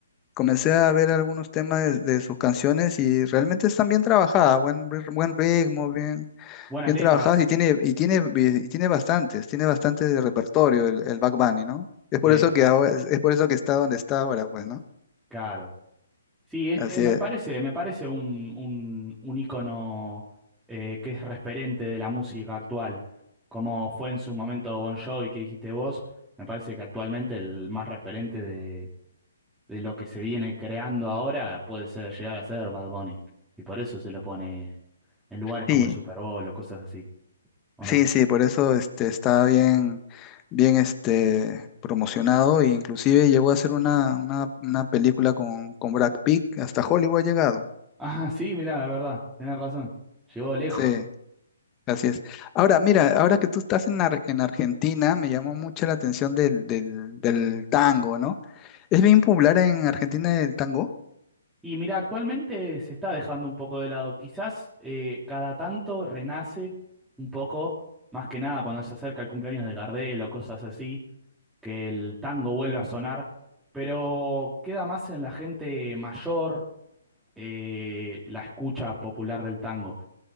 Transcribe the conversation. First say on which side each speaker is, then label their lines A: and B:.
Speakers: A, on the left; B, in the centre.
A: Comencé a ver algunos temas de, de sus canciones y realmente están bien trabajadas, buen, ri- buen ritmo, bien,
B: Buenas
A: bien
B: letras,
A: trabajadas y tiene, y tiene, y tiene bastantes, tiene bastante de repertorio el, el Bad Bunny, ¿no? Es por
B: sí,
A: eso que ahora, es por eso que está donde está ahora, pues, ¿no?
B: claro. Sí, este,
A: Así
B: eh, me
A: es.
B: parece, me parece un, un, un ícono eh, que es referente de la música actual, como fue en su momento Bon Jovi que dijiste vos, me parece que actualmente el más referente de, de lo que se viene creando ahora puede ser, llegar a ser Bad Bunny, y por eso se lo pone en lugares como
A: Sí,
B: el Super Bowl o cosas así, ¿o
A: sí,
B: no?
A: sí, por eso este, está bien, bien este, promocionado e inclusive llegó a hacer una, una, una película con, con Brad Pitt, hasta Hollywood ha llegado.
B: Ah, sí, mirá, de verdad, tenés razón, llegó lejos.
A: Sí. Así es. Ahora, mira, ahora que tú estás en, Ar- en Argentina, me llamó mucho la atención del, del, del tango, ¿no? ¿Es bien popular en Argentina el tango?
B: Y mira, actualmente se está dejando un poco de lado. Quizás eh, cada tanto renace un poco, más que nada cuando se acerca el cumpleaños de Gardel o cosas así, que el tango vuelve a sonar, pero queda más en la gente mayor eh, la escucha popular del tango.